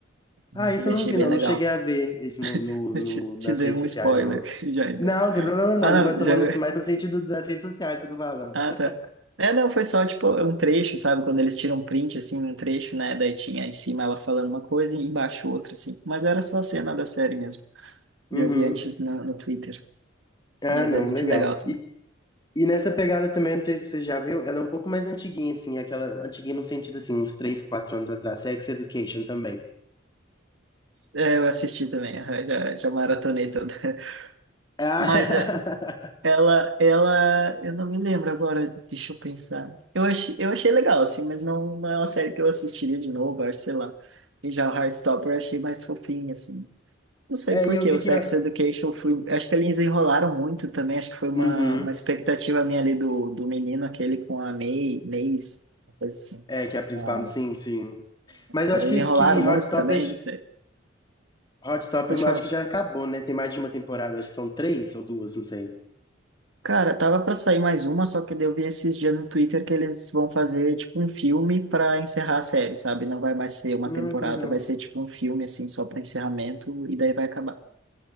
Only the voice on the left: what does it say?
Ah, isso
eu não
vi,
não.
Não cheguei a ver isso no, no,
no-
nas
redes
sociais,
não.
Não, não tem problema não.
Mas
eu tô
falando assim, mais no sentido das redes sociais que eu tô falando.
<laughs>
Uhum.
Ah,
não,
legal.
E, e nessa pegada também, não sei se você já viu, ela é um pouco mais antiguinha, assim, aquela antiguinha no sentido assim, uns 3, 4 anos atrás. Sex Education também.
Ah,
<laughs>
é,
e eu
vi
que.
Har-
Uhum.
É, que é a principal,
sim, sim. Mas eu
acho que,
que
Hot Topic,
Hot Topic,
eu acho que já acabou, né? Tem mais de uma temporada, acho que são três ou duas, não sei.
Não,
que legal.